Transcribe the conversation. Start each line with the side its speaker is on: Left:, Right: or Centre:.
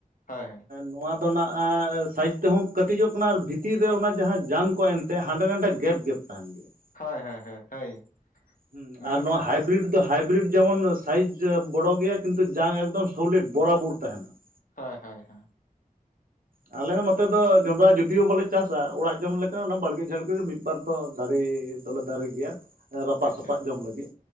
Left: ᱦᱮ ᱦᱮ
Right: ᱱᱚᱣᱟ ᱫᱚ ᱥᱟᱭᱤᱡ ᱛᱮᱦᱚᱸ ᱠᱟᱹᱴᱤᱡᱚᱜ ᱠᱟᱱᱟ ᱟᱨ ᱵᱷᱤᱛᱤᱨ ᱨᱮ ᱚᱱᱟ ᱡᱟᱦᱟᱸ ᱡᱟᱝ ᱠᱚ ᱮᱱᱛᱮ ᱦᱟᱸᱰᱮ ᱱᱟᱰᱮ ᱜᱮᱯ ᱜᱮᱯ ᱛᱟᱦᱮᱸᱱ ᱜᱮᱭᱟ ᱾
Left: ᱦᱳᱭ ᱦᱳᱭ ᱦᱳ ᱦᱳᱭ
Right: ᱦᱩ
Left: ᱢᱮᱱᱠᱷᱟᱱ
Right: ᱟᱨ ᱱᱚᱣᱟ ᱦᱟᱭ ᱵᱤᱨᱤᱰ ᱠᱤᱱᱛᱩ ᱦᱟᱭ ᱵᱤᱨᱤᱰ ᱡᱮᱢᱚᱱ ᱥᱟᱭᱤᱡ ᱵᱚᱲᱚ ᱜᱮᱭᱟ ᱠᱤᱱᱛᱩ ᱡᱟᱝ ᱮᱠᱫᱚᱢ ᱥᱚᱞᱮᱴ ᱵᱚᱨᱟᱵᱚᱨ ᱛᱟᱦᱮᱸᱱᱟ ᱾
Left: ᱦᱳᱭ ᱦᱳᱭ ᱾
Right: ᱟᱞᱮ ᱦᱚᱸ ᱱᱚ ᱛᱮ ᱫᱚ ᱡᱚᱸᱰᱨᱟ ᱡᱩᱫᱤᱭᱳ ᱵᱟᱞᱮ ᱪᱟᱥᱟ ᱚᱲᱟᱜ ᱡᱚᱢ ᱞᱮᱠᱟ ᱚᱱᱟ ᱵᱟᱲᱜᱮ ᱡᱷᱟᱲᱜᱮ ᱨᱮ ᱢᱤᱫ ᱵᱟᱨ ᱫᱚ ᱫᱟᱨᱮ ᱫᱚᱞᱮ ᱫᱟᱨᱮ ᱜᱮᱭᱟ ᱾ ᱨᱟᱯᱟᱜ
Left: ᱟᱪᱪᱷᱟ
Right: ᱥᱟᱯᱟᱜ ᱡᱚᱢ ᱞᱟᱹᱜᱤᱫ